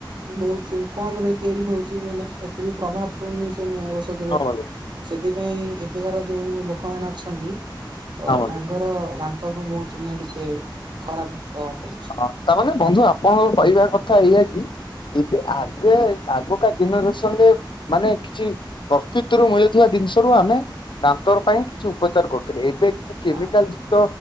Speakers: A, on the right; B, on the left.
A: ବହୁତ କମରେ ତିଆରି ହଉଛି ମାନେ ଏତେ ବି ପ୍ରଭାବ ପଡୁନି ସେ ମେ ଔଷଧରେ।
B: ହଁ ବନ୍ଧୁ
A: ସେଥିପାଇଁ ଏବେକାର ଯୋଉ ଲୋକମାନେ ଅଛନ୍ତି ତ
B: ହଁ ବନ୍ଧୁ ହଁ ବନ୍ଧୁ।
A: ତାଙ୍କର ଦାନ୍ତ <unintelligible> ଚି ନା ଟିକେ ଖରାପ ପ୍ରଭାବ ପଡୁଛି।
B: ଅ ତାମାନେ ବନ୍ଧୁ ଆପଣଙ୍କ କହିବା କଥା ଏଇଆ କି ଏବେ ଆଗେ ଆଗକା ଯେନେରେସନ ରେ ମାନେ କିଛି ପ୍ରସ୍ତୁତିରୁ ମିଳୁଥିବା ଜିନିଷରୁ ଆମେ ଦାନ୍ତ ପାଇଁ କିଛି ଉପଚାର କରୁଥିଲେ ଏ ଏବେ କିଛି କେମିକାଲ
A: ହଁ
B: ଯୁକ୍ତ